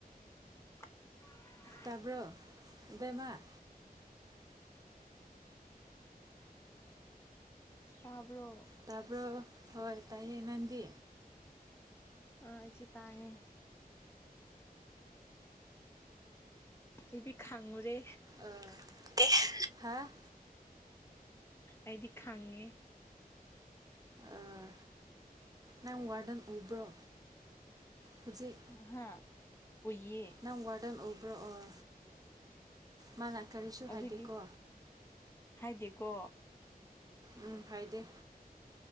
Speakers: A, on the left; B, on the right.
A: INAUDIBLE
B: ꯇꯕ꯭ꯔꯣ ꯕꯦꯝꯃ
A: ꯇꯕ꯭ꯔꯣ
B: ꯇꯕ꯭ꯔꯣ ꯍꯣꯏ ꯇꯥꯏꯌꯦ ꯅꯪꯗꯤ
A: ꯑꯥ ꯑꯩꯁꯨ ꯇꯥꯏꯌꯦ ꯑꯩꯗꯤ ꯈꯪꯉꯨꯔꯦ
B: UNINTELLIGIBLE
A: ꯑꯩꯗꯤ ꯈꯪꯉꯦ
B: ꯑꯥ ꯅꯪ ꯋꯥꯔꯗꯟ ꯎꯕ꯭ꯔꯣ ꯍꯨꯖꯤꯛ
A: ꯍꯥ ꯎꯏꯌꯦ
B: ꯅꯪ ꯋꯥꯔꯗꯟ ꯎꯕ꯭ꯔꯣ ꯑꯣ ꯃꯥꯅ ꯀꯔꯤꯁꯨ
A: ꯑꯗꯨꯒꯤ
B: ꯍꯥꯏꯗꯦꯀꯣ
A: ꯍꯥꯏꯗꯦꯀꯣ
B: ꯎꯪ ꯍꯥꯏꯗꯦ